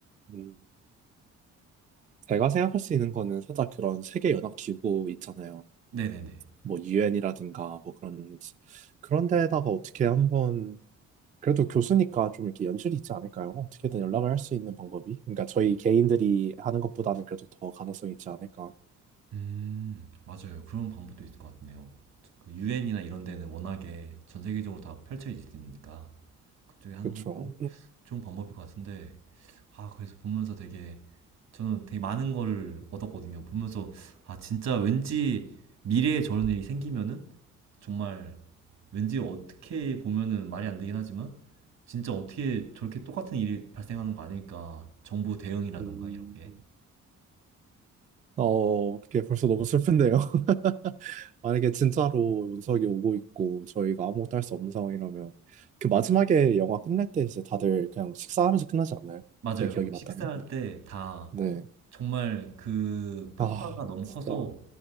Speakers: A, on the right (about 25°); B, on the right (about 65°).
A: 음, 제가 생각할 수 있는 거는 살짝 그런 세계연합기구 있잖아요.
B: 네네네.
A: 뭐, 유엔이라든가, 뭐 그런, 그런 데에다가 어떻게 한번 그래도 교수니까 좀 이렇게 연출이 있지 않을까요? 어떻게든 연락을 할 수 있는 방법이. 그러니까 저희 개인들이 하는 것보다는 그래도 더 가능성이 있지 않을까.
B: 음, 맞아요. 그런 방법도 있을 것 같네요. 그 유엔이나 이런 데는 워낙에 전 세계적으로 다 펼쳐져 있으니까 그쪽에 하는
A: 그쵸.
B: 것도 좋은 방법일 것 같은데, 아, 그래서 보면서 되게, 저는 되게 많은 거를 얻었거든요. 보면서, 아, 진짜 왠지 미래에 저런 일이 생기면은 정말 왠지 어떻게 보면은 말이 안 되긴 하지만, 진짜 어떻게 저렇게 똑같은 일이 발생하는 거 아닐까. 정부 대응이라던가
A: 음,
B: 이런 게.
A: 어, 어떻게 벌써 너무 슬픈데요? <laughs> 만약에 진짜로 윤석이 오고 있고 저희가 아무것도 할 수 없는 상황이라면 그 마지막에 영화 끝날 때 이제 다들 그냥 식사하면서 끝나지 않나요?
B: 맞아요.
A: 제 기억이 맞다면.
B: 식사할 때 다
A: 네.
B: 정말 그 폭파가
A: 아,
B: 너무
A: 진짜
B: 커서